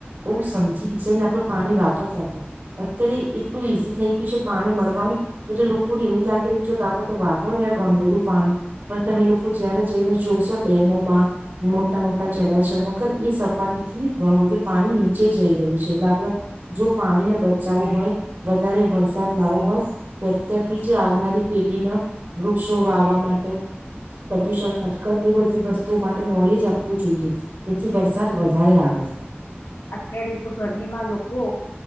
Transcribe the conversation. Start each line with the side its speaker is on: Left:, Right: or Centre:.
Right: બહુ સમજી વિચારી ને આપડણે પાણી વાપરતા હતા. અત્યારે એટલું ઈઝી થઈ ગયું છે પાણી મળવાનું એટલે લોકોને એવું લાગી રહ્યું છે કે આપડે તો વાપરો ને ઘણું બધું પાણી પણ તમે લોકો જયારે જઈને જોશો ડેમોમાં મોટા મોટા જળાશયોમાં એ સપાટી થી ઘણું બધું પાણી નીચે જઈ રહ્યું છે એટલે આપડે જો પાણીને બચાવવું હોય વધારે વરસાદ લાવો હોય તો અત્યારથી જ આવનારી પેઢીના વૃક્ષો વાવવા માટે, પ્રદુષણ અટક એ બધી વસ્તુઓ માટે નોલેજ આપવું જોઈએ જેથી વરસાદ વધારે આવે.
Left: અત્યારે તો ગરમીમાં લોકો